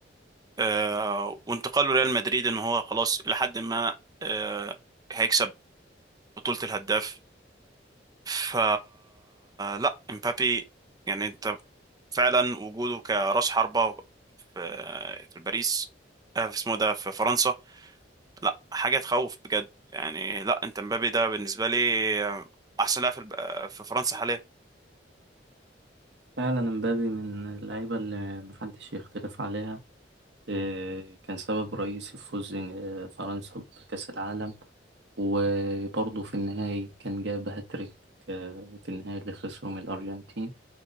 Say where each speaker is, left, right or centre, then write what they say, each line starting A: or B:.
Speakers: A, on the right; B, on the right.
A: آه، وانتقاله ريال مدريد ان هو خلاص لحد ما آه، هيكسب بطولة الهداف ف لا امبابي يعني انت فعلا وجوده كراس حربة في في باريس آه، في اسمه ده في فرنسا لا حاجة تخوف بجد يعني لا انت امبابي ده بالنسبة لي آه، احسن لاعب في الب- آه، في فرنسا حاليا
B: فعلا مبابي من اللعيبة اللي محدش يختلف عليها آه كان سبب رئيسي في فوز آه، فرنسا بكأس العالم وبرضه في النهاية كان جاب هاتريك آه، في النهاية اللي خسروا من الأرجنتين